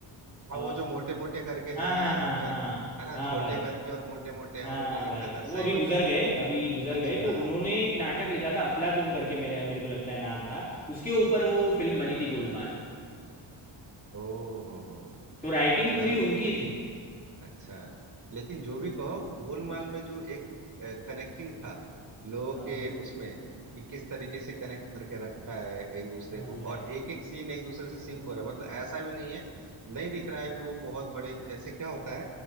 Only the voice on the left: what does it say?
अ,
हाँ
हाँ हाँ
हाँ
हाँ
भाई
हाँ
भाई
वो
अभी
गुजर गए अभी गुजर
गए
तो उन्होंने एक
नाटक लिखा था अफलातून करके मेरे मेरे को लगता है नाम था उसके ऊपर वो फिल्म बनी थी गोलमाल
तो राइटिंग
पूरी उनकी थी
हाँ
भाई
हाँ
भाई